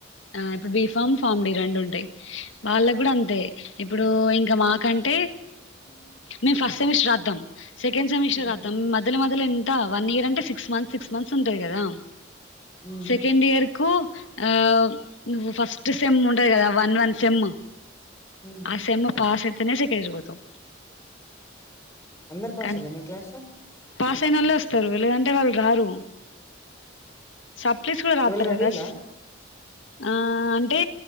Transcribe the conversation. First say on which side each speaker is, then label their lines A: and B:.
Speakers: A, on the left (about 75°); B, on the left (about 15°).
A: ఆ ఇప్పుడు బి ఫామ్ ఫామ్ డి రెండు ఉంటాయి వాళ్ళకు కూడా అంతే ఇప్పుడు ఇంకా మాకంటే మేము ఫస్ట్ సెమిస్టర్ రాద్దాం సెకండ్ సెమిస్టర్
B: ఉమ్
A: రాతాం మొ్య మొద్య ఎంత వన్ ఇయర్ అంటే సిక్స్ మంత్స్ సిక్స్ మంత్స్ ఉంటుంది కదా
B: ఉమ్
A: సెకెండ్ ఇయర్ కు ఆ నువ్వు ఫస్ట్ సెమ్ ఉంటది కదా వన్ వన్ సెమ్
B: ఉమ్.
A: ఆ సేమ్ పాస్ అయితేనే సెకెజ్ పోతవ్
B: అందరు పాసోల్లా
A: కనీ
B: మీ క్లాస్ లో
A: పాస్ అయినోల్లే వస్ తరు లేదంటే వాళ్ళు రారు సప్లిస్ కూడా రాతారు
B: ఎవలైనా
A: కదా
B: వీళ్ళా
A: అ ఆ అంటే